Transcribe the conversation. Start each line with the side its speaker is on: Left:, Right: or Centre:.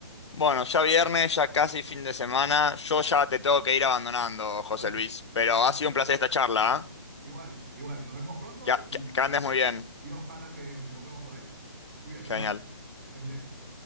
Left: Bueno, ya viernes, ya casi fin de semana. Yo ya te tengo que ir abandonando, José
Right: Vale,
Left: Luis. Pero
Right: vale,
Left: ha sido
Right: dale.
Left: un placer
Right: no.
Left: esta charla, ¿ah?
Right: Igual, igual, nos vemos pronto
Left: Que,
Right: y,
Left: que- que andes
Right: y
Left: muy bien.
Right: y ojalá que nos encontremos por ahí. Cuídate,
Left: Genial.
Right: un abrazo, que estés bien.